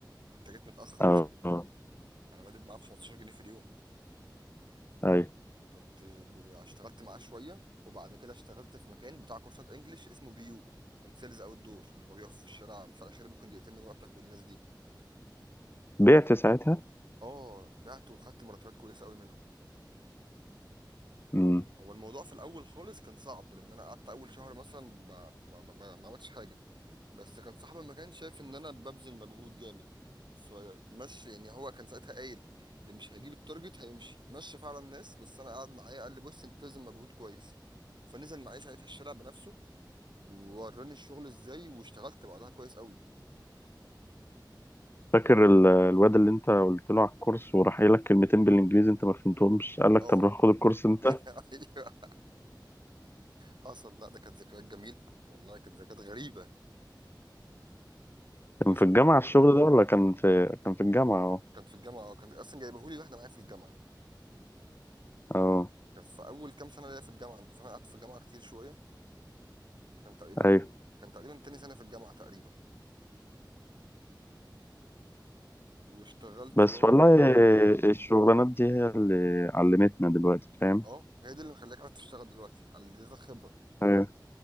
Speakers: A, on the right (about 70°); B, on the left (about 30°).
A: انت جيت متاخر
B: اه اه
A: <laughs> انا بادئ معاه ب 15 جنيه في اليوم
B: ايوه
A: كنت ب- اشتغلت معاه شويه وبعد كده اشتغلت في مكان بتاع كورسات انجليش اسمه بي يو كنت سيلز اوت دور اللي ما بيقفوا في الشارع مساء الخير ممكن دقيقتين من وقتك والناس دي
B: بعت ساعتها
A: اه بعت وخدت مرتبات كويسه قوي منهم
B: امم
A: هو الموضوع في الاول خالص كان صعب لان انا قعدت اول شهر مثلا ما ما ما, ما ما عملتش حاجه بس كان صاحبي ما كان شايف ان انا ببذل مجهود جامد فمشي يعني هو كان ساعتها قايل اللي مش هيجيب التارجت هيمشي مشى فعلا الناس بس انا قعد معايا قال لي بص انت بتبذل مجهود كويس فنزل معايا ساعتها الشارع بنفسه ووراني الشغل ازاي واشتغلت بعدها كويس قوي
B: فاكر ال- الواد اللي انت قلت له على الكورس وراح قايل لك كلمتين بالانجليزي انت ما فهمتهمش قال لك
A: اه
B: طب روح خد الكورس انت
A: <laughs> ايوه حصل لا ده كانت ذكريات جميله والله كانت ذكريات غريبه وش
B: كان في الجامعة الشغل ده ولا كان في كان في الجامعة اه
A: كان في الجامعه كان اصلا جايبهولي واحده معايا في الجامعه
B: اه
A: كانت في اول كام سنه ليا في الجامعه انت فاهم أنا قعدت في الجامعه كتير شويه كان تقريبا
B: ايوه
A: كان تقريبا تاني سنه في الجامعه تقريبا واشتغلت
B: بس
A: برضو
B: والله الشغلانات دي هي اللي علمتنا دلوقتي فاهم
A: اه هي دي اللي مخليك عارف تشتغل دلوقتي على اديتك خبره
B: ايوه